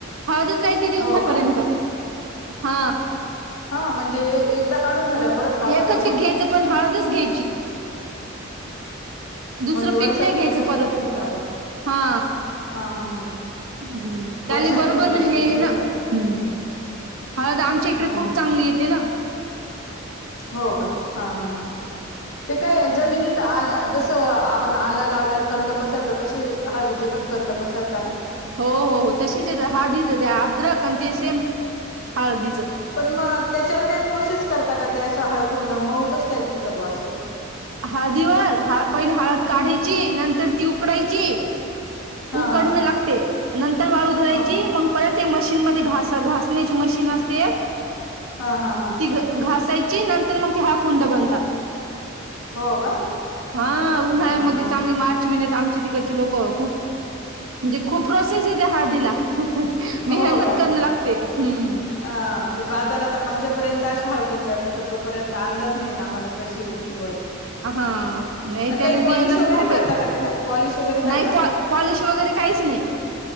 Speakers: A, on the right; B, on the left.
A: हळदच राहती या दिवसा
B: हो
A: पर्यंत
B: का
A: . हा
B: हा म्हणजे एकदा काढून झाल्या परत लावता
A: एकच
B: का मग
A: घ्यायचं पण हळदच घ्यायची. दुसरं
B: म्हणजे वर्षातन
A: पिक. नाही घ्यायचं
B: एकच
A: परत.
B: पीक घेता ब
A: हा
B: हा हा हा
A: हम्म त्याले
B: वर्षातन
A: बरोबर
B: एकच
A: म्हणजे हे
B: पीक घेता
A: ना हम् हा तर आमच्या इकडे
B: हम्म
A: खूप चांगली येते ना.
B: होका, हा हा हा ते काय जमिनीत आल्या जस आपण आलं लावल्या कंद पसरतात तसे हळदीचे पण कंद तपसरत ना.
A: हो हो हो तशीच येत हळदीच ते अद्रक आणि ते सेम हळदीच
B: पण मग त्याच्यावर काही प्रोसेस करता का ते असं हाळकुंड मऊ कस काय दिसतं ब असं
A: हळदीवाल पहिली हळद काढायची
B: हम्म
A: नंतर ती उकडायची
B: हा
A: उकडणं
B: हा
A: लागते नंतर वाळू घालायची
B: हा
A: मग परत ते मशीन मध्ये घास घासण्याची मशीन असते
B: हा हा हा
A: ती घसायची जि नंतर मग ते हळकुंड बनतात
B: हो का
A: हा उन्हाळ्यामध्ये
B: हा हा
A: चांगली मात महिन्यात आमचे तिकडचे लोक खूप म्हणजे खूप प्रोसेस ये त्या हळदीला. मेहनत
B: हो का
A: करून लागते ह्म
B: अ ती बाजारात आमच्यापर्यंत अशा हाळकुंड तोपर्यंत अंदाज नाहीेत आम्हाला कशी उगती
A: हा नाही त्याला
B: काही
A: मेहनत
B: पॉलिश वगैरे
A: खूप
B: करता
A: आहे
B: का त्याला? पॉलिश वगैरे करता
A: नाही पॉलिश वगैरे काहीच नाही